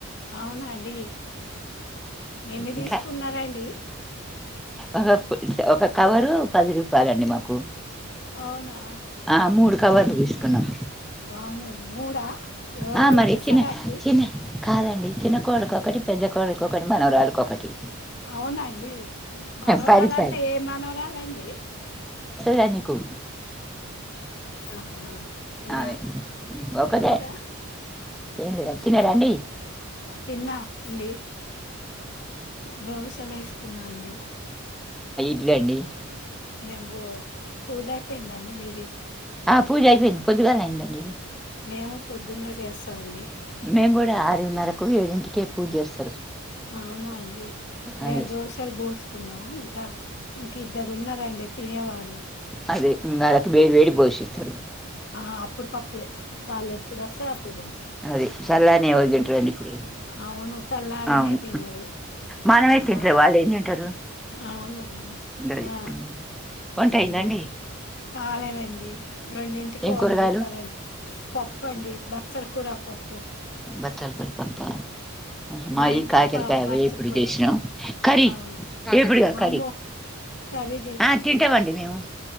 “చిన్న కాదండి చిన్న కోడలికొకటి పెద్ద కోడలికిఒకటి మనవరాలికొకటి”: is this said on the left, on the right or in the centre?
Centre